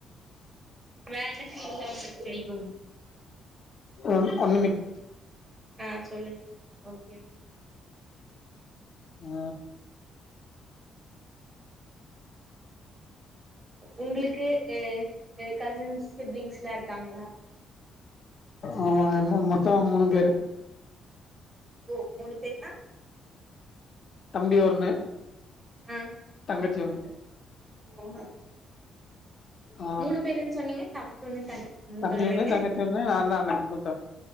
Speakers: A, on the right; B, on the left.
A: வேற என்ன செய்லான் உங்களுக் செய்ணு
B: ஒன் ஒன் நிமிட்
A: ஆ சொல்லுங்க ஓகே
B: ஆ
A: உங்களுக்கு எ எ கசின்ஸ் சிப்லிங்ஸ்லா இருக்கங்களா
B: ஆமா என்மோ மொத்தோ மூணு பேரு
A: ஓ மூணு பேருன்னா
B: தம்பி ஒன்னு
A: ஆ
B: <unintelligible>
A: ஓ <inaudible>
B: ஆ
A: மூணு பேருன் சொன்னீங்க தம்பி ஒன்னு தங்கச்சி ஒன்னுன்
B: தம்பி
A: சொல்றீங்க
B: ஒன்னு தங்கச்சி ஒன்னு நான்தா அண்ண மூத்தவ